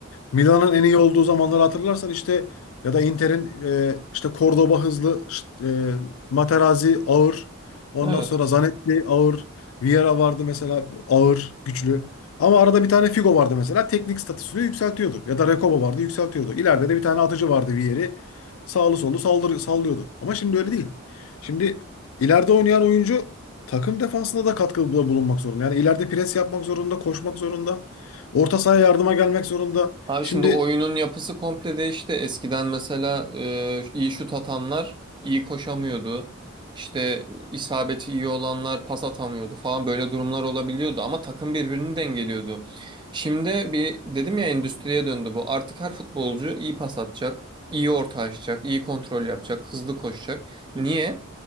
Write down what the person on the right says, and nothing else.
Evet.
Abi
şimdi oyunun yapısı komple değişti. Eskiden mesela e, iyi şut atanlar iyi koşamıyordu. İşte isabeti iyi olanlar pas atamıyordu falan böyle durumlar olabiliyordu ama takım birbirini dengeliyordu. Şimdi bir dedim ya endüstriye döndü bu. Artık her futbolcu iyi pas atacak, iyi orta açacak, iyi kontrol yapacak, hızlı koşacak. Niye?